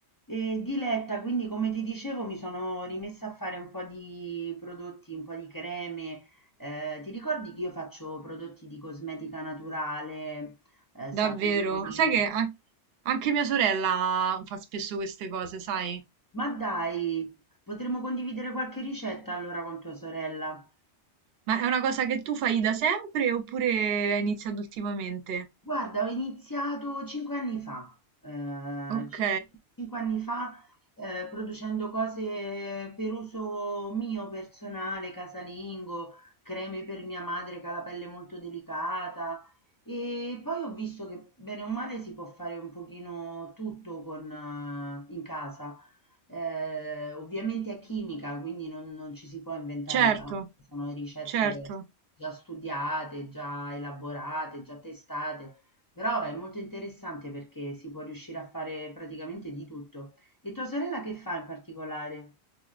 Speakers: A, on the left (about 35°); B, on the right (about 65°).
A: E diletta, quindi come ti dicevo mi sono rimessa a fare un po' di prodotti, un po' di creme. Eh, ti ricordi che io faccio prodotti di cosmetica naturale, eh,
B: Davvero?
A: saponi?
B: Sai che an- anche mia sorella fa spesso queste cose, sai?
A: Ma dai, potremmo condividere qualche ricetta allora con tua sorella.
B: Ma è una cosa che tu fai da sempre oppure hai iniziato ultimamente?
A: Guarda, ho iniziato 5 anni fa, ehm,
B: Ok,
A: circa 5 anni fa, ehm, producendo cose per uso mio personale, casalingo, creme per mia madre che ha la pelle molto delicata e poi ho visto che bene o male si può fare un pochino tutto con, eh, in casa. Eh, ovviamente è chimica, quindi non, non ci si può inventare
B: certo,
A: tanto, sono ricette
B: certo.
A: già studiate, già elaborate, già testate. Però è molto interessante perché si può riuscire a fare praticamente di tutto. E tua sorella che fa in particolare?